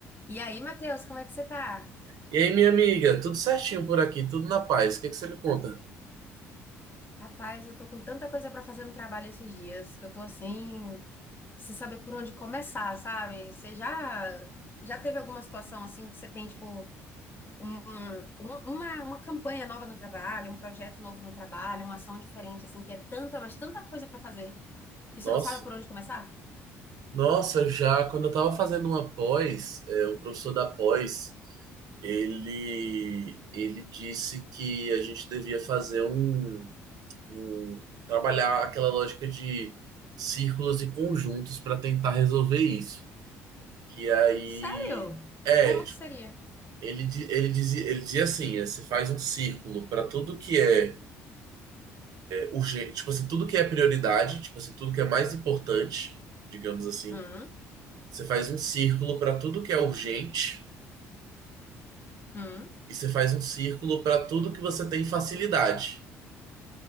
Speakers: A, on the left (about 25°); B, on the right (about 60°).
A: E aí, Matheus, como é que você tá?
B: E aí, minha amiga, tudo certinho por aqui, tudo na paz. O que que você me conta?
A: Rapaz, eu tô com tanta coisa pra fazer no trabalho esses dias que eu tô assim, sem saber por onde começar, sabe? Você já já teve alguma situação assim que você tem tipo um- um- uma uma campanha nova no trabalho, um projeto novo no trabalho, uma ação diferente assim que é tanta, mas tanta coisa pra fazer que você
B: Nossa,
A: não sabe por onde começar?
B: nossa, já quando eu tava fazendo uma pós, é, um professor da pós, ele ele disse que a gente devia fazer um, um- trabalhar aquela lógica de círculos e conjuntos para tentar resolver isso. Que aí
A: Sério?
B: é,
A: Como
B: tipo,
A: que seria?
B: ele di- ele dizia ele dizia assim, é, você faz um círculo para tudo que é urgente, tipo assim, tudo que é prioridade, tipo assim, tudo que é mais importante, digamos assim,
A: Hum,
B: você faz um círculo para tudo que é urgente
A: hum,
B: e você faz um círculo para tudo que você tem facilidade.